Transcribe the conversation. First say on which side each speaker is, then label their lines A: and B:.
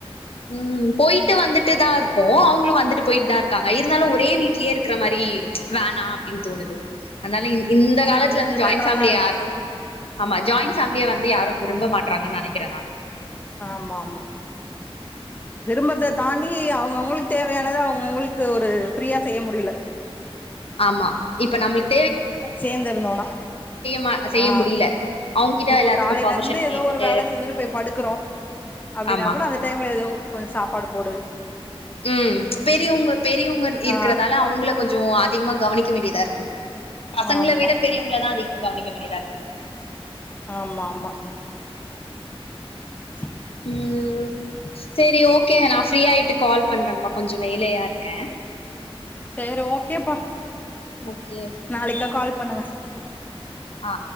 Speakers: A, on the left; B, on the left.
A: ம் போயிட்டு வந்துட்டுதா இருக்கோ அவங்களு வந்துட்டு போயிட்டுதா இருக்காங்க இருந்தாலு ஒரே வீட்டலேயே இரு இருக்குற மாரி வேணா அப்டின்னு தோணுது அன்னாலைக்குது இந்த
B: ஆமா
A: காலத்துல
B: அது
A: வந்து
B: கொஞ்சோ
A: ஜாயிண்ட்
B: பெட்டரா
A: பேமிலி
B: தா
A: யாரு
B: இருக்கு
A: அமா ஜாயின் பேமிலியே வந்து யாரு விரும்பமாட்றாங்க நெனைக்கிறே நானு
B: ஆமா ஆமா திருமணத்தை தாண்டி அவங்கவுங்களுக்கு தேவையானத அவங்கவுங்களுக்கு ஒரு பிரியா செய்ய முடியல
A: ஆமா இப்ப நம்முளுக்
B: சேந்துருந்தோனா
A: மா செய்ய
B: ஆ
A: முடியல அவங்கிட்ட
B: இப்ப
A: எல்லாத்துக்கும்
B: காலையில
A: பர்மிஷன்
B: இருந்து
A: கேட்டுட்டு
B: ஏதோ ஒரு வேலை செஞ்சுட்டு போய் படுக்குறோ அப்டின்னா
A: ஆமா
B: கூட அந்த டைம்ல ஏதோ கொஞ்ச சாப்ட் அலுப்போடு
A: ம் பெரியொவங்க பெரியொவங்க இருக்கிறதால
B: ஆ
A: அவங்கள கொஞ்ச அ அதிகமா கவனிக்க வேண்டியதாருக்கு பசங்கள
B: ஆமா
A: விட பெரியவங்கள தா அதிக கவனிக்க வேண்டியதாயிருக்கு
B: ஆம்மா ஆமா <inaudible>
A: ம் செரி ஓக்கே நா பிரியாயிட்டு கால் பண்றேன்ப்பா கொஞ்ச வேலையா இருக்கே
B: செரி ஓக்கேப்பா
A: ஓகே
B: நாளைக்கா கால் பண்ணுங்க
A: ஆ